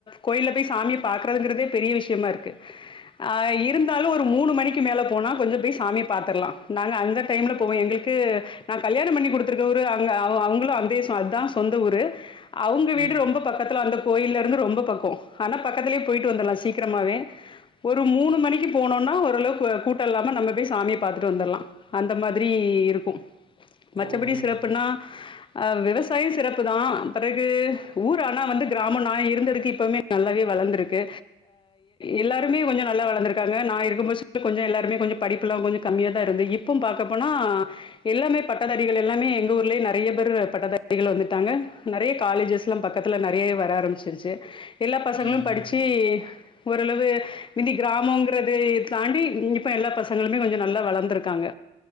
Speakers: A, on the left; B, on the right.
A: கோயில்ல போய் சாமிய பாக்குறதுங்கறதே பெரிய விஷயமா இருக்கு ஆ இருந்தாலும் ஒரு மூணு மணிக்கு மேல போனா கொஞ்சம் போய் சாமி பார்த்திரலாம் நாங்க அந்த டைம்ல போவோம் எங்களுக்கு க்கு நான் கல்யாணம் பண்ணி கொடுத்தருக்கரு அங்க அவங்களும் அந்தே அதுதான் சொந்த ஊரு அவங்க வீடு
B: ம், ம்.
A: ரொம்ப பக்கத்துல அந்த கோயில இருந்து ரொம்ப பக்கம் ஆனா பக்கத்திலேயே போயிட்டு வந்துடலாம் சீக்கிரமாவே ஒரு மூணு மணிக்கு போனோனா ஓரளவு கூட்டம் இல்லாம நம்ம போய் சாமியை பாத்துட்டு வந்துடலாம் அந்த மாதிரி இருக்கும் மச்சபடி
B: ஓஹோ!
A: சிறப்புன்னா ஆ விவசாயம் சிறப்புதான் பிறகு ஊர் ஆனா வந்து கிராமம் நான் இருந்ததுக்கு இப்பவுமே நல்லாவே வளந்திருக்கு எல்லாருமே கொஞ்சம் நல்லா வளந்துருக்காங்க நான் இருக்கும்போல கொஞ்சம் எல்லாருமே கொஞ்சம் படிப்புல்லாம் கொஞ்சம் கம்மிய தான் இருந்து இப் இப்பம் பாக்க போனா எல்லாமே பட்டதாரிகள் எல்லாமே எங்க ஊர்லேயே நிறைய பேர் பட்டதாரிகள் வந்துட்டாங்க நிறைய காலேஜஸ் எல்லாம் பக்கத்துல நிறைய வர ஆரம்பிச்சிருச்சி எல்லா பசங்களும்
B: ம்.
A: படிச்சி ஓரளவு இனி கிராமங்கரத தாண்டி இப்ப எல்லா பசங்களுமே கொஞ்சம் நல்லா வளந்துருக்காங்க